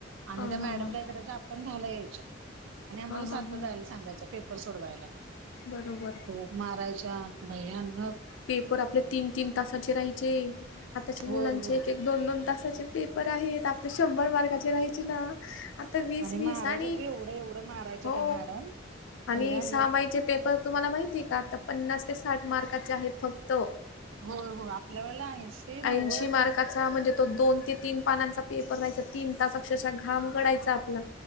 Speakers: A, on the right; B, on the left.
A: आणि
B: हां
A: त्या मॅडमदा
B: हां हां
A: काय करायच्या आपण दहाला यायच्या. आणि आम्हाला
B: हां
A: सातला
B: हां हां
A: जायला सांगायच्या. पेपर रसोडवायला.
B: बरोबर
A: खूप मारायच्या. भैयानक.
B: पेपर आपले तीन तीन तासाचे राहायचे. आताच्या
A: होय
B: मुलांचे
A: होय
B: एक दोन दोन तासाचे पेपर आहेत. आपले शंभर मार्काचे राहायचे ना. आता वीस
A: आणि
B: वीस.
A: मारायच्या
B: आणि
A: तर एवढं एवढं मारायच्या
B: हो.
A: त्या मॅडम
B: आणि
A: भयानक
B: समाईचे पेपर तुम्हाला माहितीय का? आता पन्नास ते साठ मार्काचे आहेत फक्त.
A: होय होय. आपल्या वेळेला ऐंशी
B: ऐंशी
A: नव्वद
B: मार्क म्हणजे तो दोन ते तीन पानांचा पेपर राहायचा. तीन तास अक्षरशः घाम गळायचा आपला.